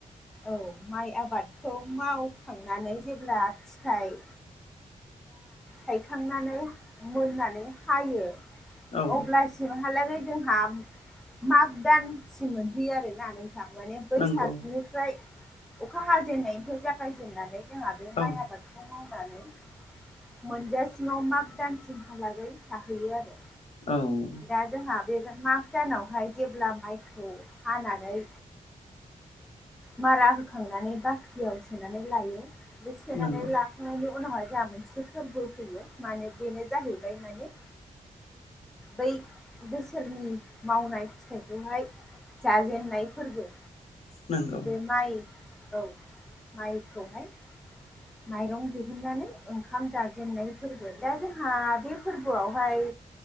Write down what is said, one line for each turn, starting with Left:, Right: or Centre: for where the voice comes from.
Centre: औ माइ आबादखौ मावखांनानै जेब्ला फिथाइ थायखांनानै मोननानै हायो
Left: औ
Centre: अब्लासिमहालागै बे जोंहा माग दानसिम मोनहैयो आरोना थ माने बैसागनिफ्राय
Left: नंगौ
Centre: अखा हाजेननायनिफ्राय जागायजेननानै जोंहा बे माइ
Left: औ
Centre: आबादखौ मावनानै मोनजासिमाव माग दानसिमहालागै थाहैयो आरो
Left: औ
Centre: जोंहा बे माघ दानावहाय जेब्ला माइखौ हानानै मारा होखांनानै बाख्रियाव सोनानै लायो बे सोनानै
Left: नंगौ
Centre: ल <unintelligible> उनावहाय जोंहा मोनसे फोरबो फैयो माने बेनो जाहैबाय माने बै बोसोरनि मावनाय फिथाइखौहाय जाजेेननाय फोरबो।
Left: नंगौ
Centre: बे माइ औ माइखौहाय माइरं दिहुननानै ओंखाम जाजेननाय फोरबो दा जोंहा बे फोरबोआवहाय